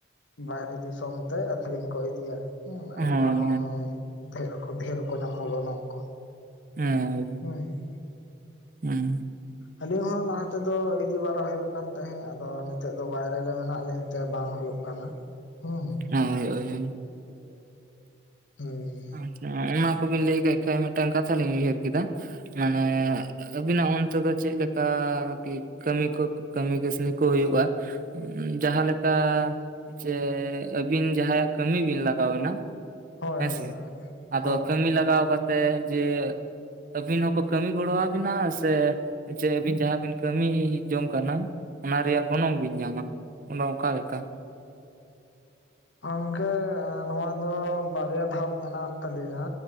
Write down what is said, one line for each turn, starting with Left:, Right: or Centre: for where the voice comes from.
Left: ᱵᱟᱨᱦᱟᱨᱮ ᱫᱤᱥᱚᱢ ᱛᱮ ᱟᱠᱷᱨᱤᱧ ᱠᱚ ᱤᱫᱤᱭᱟ᱾ ᱦᱩᱸ
Right: ᱦᱮᱸ
Left: ᱜᱚᱱᱚᱝ ᱫᱷᱮᱨ ᱠᱚ ᱫᱷᱮᱨ ᱠᱚ ᱧᱟᱢᱟ ᱜᱚᱱᱚᱝ ᱠᱚ᱾
Right: ᱦᱮᱸ
Left: ᱦᱳᱭ᱾
Right: ᱦᱩᱸ--᱾
Left: ᱟᱞᱤᱧ ᱦᱚᱸ ᱞᱟᱦᱟ ᱛᱮᱫᱚ ᱤᱫᱤ ᱵᱟᱲᱟ ᱦᱩᱭᱩᱜ ᱠᱟᱱ ᱛᱟᱦᱮᱸᱜ ᱟᱫᱚ, ᱱᱤᱛᱚᱜ ᱫᱚ ᱵᱟᱭᱨᱮ ᱨᱮ ᱢᱮᱱᱟᱜ ᱞᱤᱧ ᱛᱮ ᱵᱟᱝ ᱦᱳᱭᱳᱜ ᱠᱟᱱᱟ, ᱦᱩᱸ᱾
Right: ᱦᱮᱸᱻ ᱳᱭᱻ ᱳᱭᱻ᱾
Left: ᱦᱮᱸᱻ ᱜᱮ
Right: ᱟᱪᱪᱷᱟ ᱚᱱᱟ ᱠᱚᱵᱤᱱ ᱞᱟᱹᱭ ᱠᱮᱜ ᱠᱷᱟᱡ ᱢᱤᱫᱴᱟᱝ ᱠᱟᱛᱷᱟ ᱞᱤᱧ ᱩᱭᱦᱟᱹᱨ ᱠᱮᱫᱟ ᱢᱟᱱᱮ ᱟᱵᱤᱱᱟᱜ ᱚᱱᱛᱮ ᱫᱚ ᱪᱮᱫ ᱞᱮᱠᱟ ᱠᱟᱹᱢᱤ ᱠᱚ, ᱠᱟᱹᱢᱤ ᱠᱟᱹᱥᱢᱤ ᱠᱚ ᱦᱳᱭᱳᱜᱼᱟ? ᱡᱟᱦᱟᱸ ᱞᱮᱠᱟ ᱡᱮ ᱟᱹᱵᱤᱱ ᱡᱟᱦᱟᱸᱭᱟᱜ ᱠᱟᱹᱢᱤ ᱵᱤᱱ ᱞᱟᱜᱟᱣ ᱱᱟ
Left: ᱦᱳᱭ
Right: ᱦᱮᱸᱥᱮ᱾
Left: ᱦᱳᱭ ᱦᱳᱭ
Right: ᱟᱫᱚ
Left: ᱦᱳᱭ
Right: ᱠᱟᱹᱢᱤ ᱞᱟᱜᱟᱣ ᱠᱟᱛᱮ ᱡᱮ, ᱟᱹᱵᱤᱱ ᱦᱚᱸᱠᱚ ᱠᱟᱹᱢᱤ ᱜᱚᱲᱚ ᱟᱵᱤᱱᱟ? ᱥᱮ ᱡᱮ ᱟᱹᱵᱤᱱ ᱡᱟᱦᱟᱸ ᱵᱤᱱ ᱠᱟᱹᱢᱤ ᱡᱚᱝ ᱠᱟᱱᱟ, ᱚᱱᱟ ᱨᱮᱭᱟᱜ ᱜᱚᱱᱚᱝ ᱵᱤᱱ ᱧᱟᱢᱟ? ᱚᱱᱮ ᱚᱝᱠᱟ ᱞᱮᱠᱟ?
Left: ᱜᱚᱝᱠᱮ ᱱᱚᱣᱟ ᱫᱚ ᱵᱟᱨᱭᱟ ᱫᱷᱟᱯ ᱢᱮᱱᱟᱜ ᱛᱟᱹᱞᱤᱧᱟ